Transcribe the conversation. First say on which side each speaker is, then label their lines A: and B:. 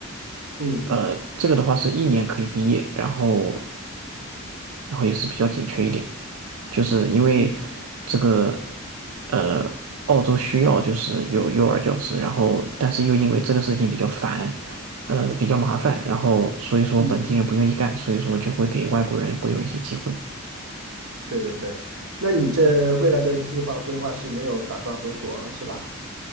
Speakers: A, on the right; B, on the right.
A: 嗯
B: 呃，这个的话是一年可以毕业，然后然后也是比较紧缺一点，就是因为
A: 嗯嗯
B: 这个呃，澳洲需要就是有幼儿教师，然后但是又因为这个事情比较烦，呃，比较麻烦，然后所以说本地人不愿意干，
A: 嗯，
B: 所以说就会给外国人会有一些机会
A: 对对对。那你这未来的计划规划是没有打算回国是吧？